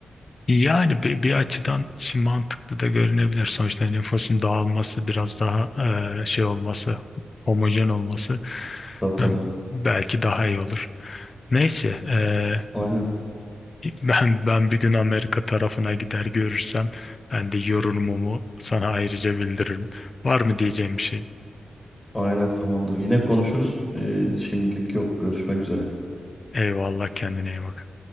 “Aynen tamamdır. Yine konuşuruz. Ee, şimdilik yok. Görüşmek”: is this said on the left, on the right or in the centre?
Left